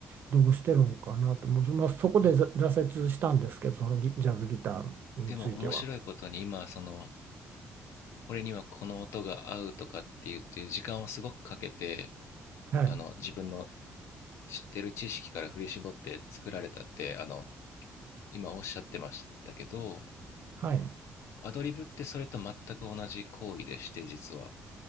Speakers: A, on the right; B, on the left.
A: どうしてるのかなと、もうまあ、そこで挫折したんですけど、
B: あ
A: そのギジャズギターについては。
B: でも面白いことに今はそのこれにはこの音が合うとかって言って時間をすごくかけて
A: はい。
B: あの自分の知ってる知識から振り絞って作られたってあの今おっしゃってましたけど
A: はい。
B: アドリブってそれと全く同じ行為でして実は